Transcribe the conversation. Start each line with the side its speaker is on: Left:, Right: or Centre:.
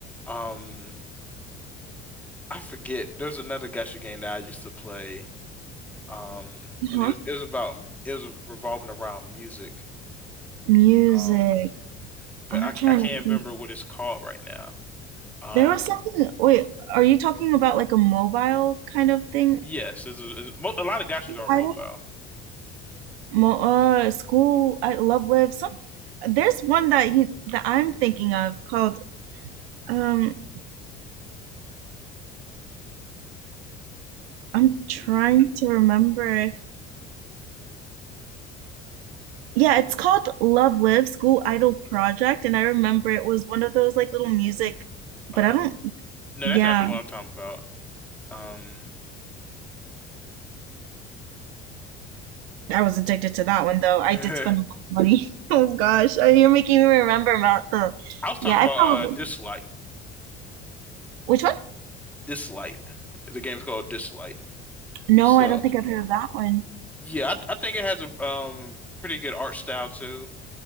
Centre: Um, I forget. There's another gacha game that I used to play. Um,
Right: Uh-huh.
Centre: and it was it was about it was revolving around music.
Right: Music.
Centre: Um, but
Right: I'm
Centre: I,
Right: trying
Centre: I can't
Right: to
Centre: remember
Right: think.
Centre: what it's called right now. Um,
Right: There was something. Wait, are you talking about like a mobile kind of thing?
Centre: yes, it's a, it's, mo- a lot of gachas are mobile.
Right: I don't. Mo uh, school. I love live. Some. There's one that you that I'm thinking of called. Um, I'm trying
Centre: hmm
Right: to remember if. Yeah, it's called Love Live School Idol Project, and I remember it was one of those like little music, but
Centre: Uh,
Right: I don't.
Centre: no,
Right: Yeah.
Centre: that's not the one I'm talking about. Um,
Right: I was addicted to that one though.
Centre: <laughs>
Right: I
Centre: I
Right: did spend a lot of money. <laughs> Oh gosh, uh, you're making me remember about the.
Centre: was talking
Right: Yeah, I
Centre: about
Right: probably.
Centre: uh Dislike.
Right: Which one?
Centre: Dislight. The game's called Dislight.
Right: No,
Centre: So
Right: I don't think I've heard of that one.
Centre: yeah, I, I think it has a um pretty good art style too.